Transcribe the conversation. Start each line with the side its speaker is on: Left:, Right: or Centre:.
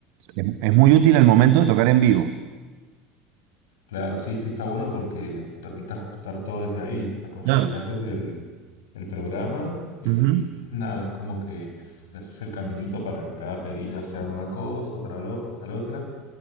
Right: es, es muy útil al momento de tocar en vivo.
Left: Claro, sí, sí está bueno porque te permite ajustar todo desde ahí. Lo configuras
Right: Claro.
Left: desde el, el programa y
Right: Ujú.
Left: nada, es como que le haces el caminito para que cada perilla sea de una cosa, otra lo, otra la otra.